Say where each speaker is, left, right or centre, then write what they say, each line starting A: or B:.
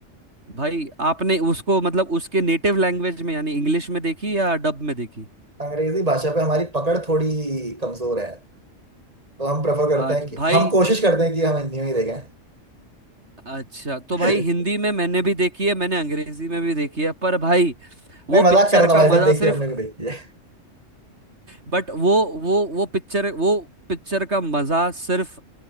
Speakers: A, on the right; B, on the right.
A: भाई आपने उसको मतलब उसके नेटिव लैंग्वेज में यानी इंग्लिश में देखी या डब में देखी
B: अंग्रेजी भाषा पे हमारी पकड़ थोड़ी कमजोर है तो हम प्रेफर करते
A: आज
B: हैं कि
A: भाई
B: हम कोशिश करते हैं कि हम हिंदी में ही देखें
A: अच्छा तो
B: <laughs>
A: भाई हिंदी में मैंने भी देखी है मैंने अंग्रेजी में भी देखी है पर भाई वो
B: नहीं मजाक
A: पिक्चर
B: कर रहा था भाई
A: का मजा
B: साहब देखिए
A: सिर्फ
B: हमने भी देखी है
A: बट वो वो वो पिक्चर वो पिक्चर का मजा सिर्फ